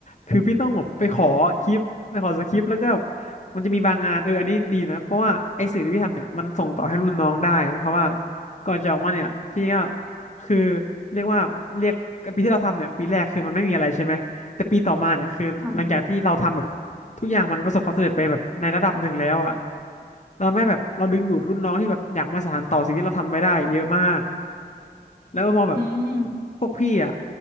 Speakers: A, on the left; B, on the right.
A: คือพี่ต้องแบบไปขอคลิปไปขอสคริปต์แล้วก็แบบมันจะมีบางงานเอออันนี้ดีนะเพราะว่าไอ้สื่อที่พี่ทำเนี่ยมันส่งต่อให้รุ่นน้องได้เพราะว่าก่อนจะออกมาเนี่ยพี่ก็คือเรียกว่าเรียกปีที่เราทำเนี่ยปีแรกคือมันไม่มีอะไรใช่ไหมแต่ปีต่อมาเนี่ยคือหลังจากที่เราทำแบบ
B: ค่ะ
A: ทุกอย่างมันประสบความสำเร็จไปแบบในระดับหนึ่งแล้วอ่ะเราไม่แบบเราดึงดูดรุ่นน้องที่แบบอยากมาสานต่อสิ่งที่เราทำไว้ได้เยอะมากแล้วก็มองแบบ
B: อืม
A: พวกพี่อ่ะ